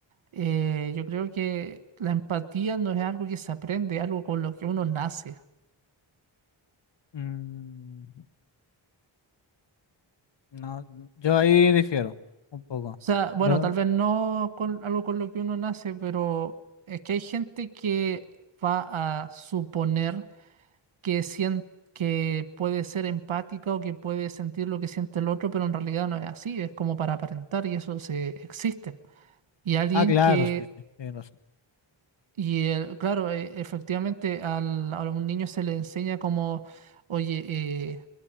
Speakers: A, on the right; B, on the left.
A: eh, yo creo que la empatía no es algo que se aprende, es algo con lo que uno nace.
B: Mm, no, yo ahí difiero un poco.
A: O sea, bueno,
B: Pero,
A: tal vez no con algo con lo que uno nace, pero es que hay gente que va a suponer que sien- que puede ser empática o que puede sentir lo que siente el otro, pero en realidad no es así, es como para aparentar y eso se existe. Y alguien
B: ah, claro,
A: que
B: sí, sí, tienes razón.
A: Y el- claro, e- efectivamente al, a un niño se le enseña como, oye, eh,